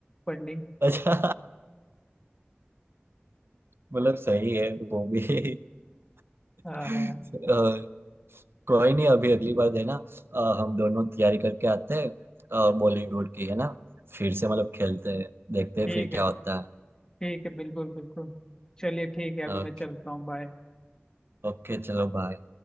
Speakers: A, on the left; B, on the right.
A: फंडिंग
B: अच्छा मतलब सही है वो भी <laughs>
A: हाँ हाँ
B: अ, कोई नहीं अभी अगली बार देना अ, हम दोनों तैयारी करके आते हैं अ, बॉलीवुड की है ना फिर से मतलब खेलते हैं देखते हैं
A: ठीक
B: फिर क्या
A: है
B: होता है
A: ठीक है बिल्कुल बिल्कुल चलिए ठीक है अभी
B: ओके
A: मैं चलता हूँ बाय
B: ओके चलो बाय